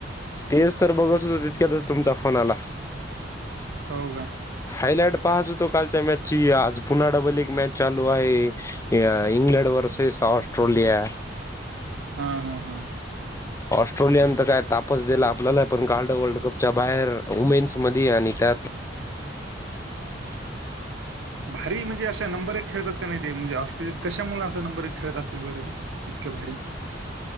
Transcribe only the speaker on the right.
हो का?
हा, हा, हा
भारी म्हणजे अशा नंबर खेळतात. नाही ते म्हणजे ऑस्ट्रेलिया कशा मुळ असा नंबर एक खेळत असतील बर, ते इतक्या भारीऽऽ